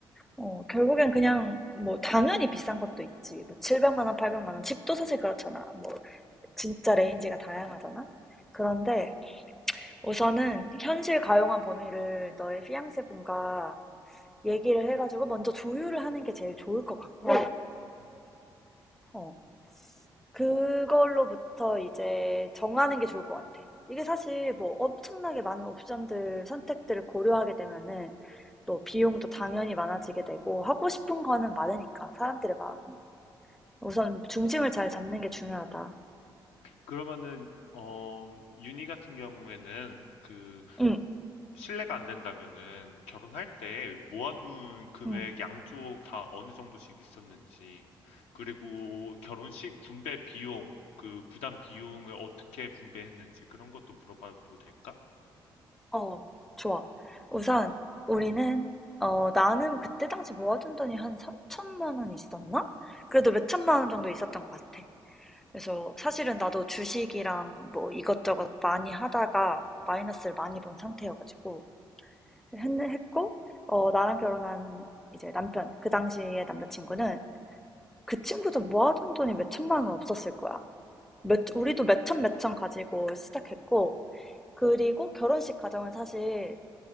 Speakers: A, in the centre; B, on the left.
A: 어, 결국엔 그냥, 뭐, 당연히 비싼 것도 있지. 뭐, 700만 원, 800만 원. 집도 사실 그렇잖아. 뭐, 진짜 레인지가 다양하잖아? 그런데 우선은 현실 가용한 범위를 너의 피앙세 분과 얘기를 해가지고 먼저 조율을 하는 게 제일 좋을 것 같고,
B: 음.
A: 어, 그걸로부터 이제 정하는 게 좋을 것 같아. 이게 사실 뭐 엄청나게 많은 옵션들, 선택들을 고려하게 되면은 또 비용도 당연히 많아지게 되고 하고 싶은 거는 많으니까 사람들의 마음이. 우선 중심을 잘 잡는 게 중요하다.
B: 그러면은 어 윤희 같은 경우에는 그
A: 응,
B: 신뢰가 안 된다면은 결혼할 때 모아둔 금액
A: 응,
B: 양쪽 다 어느 정도씩 있었는지 그리고 결혼식 분배 비용 그 부담 비용을 어떻게 분배했는지 그런 것도 물어봐도 될까?
A: 어, 좋아. 우선 우리는 어, 나는 그때 당시 모아둔 돈이 한 3천만 원 있었나? 그래도 몇 천만 원 정도 있었던 것 같아. 그래서 사실은 나도 주식이랑 뭐 이것저것 많이 하다가 마이너스를 많이 본 상태여가지고 했- 했고 어, 나랑 결혼한 이제 남편 그 당시의 남자친구는 그 친구도 모아둔 돈이 몇 천만 원 없었을 거야. 몇, 우리도 몇 천 몇 천 가지고 시작했고 그리고 결혼식 과정은 사실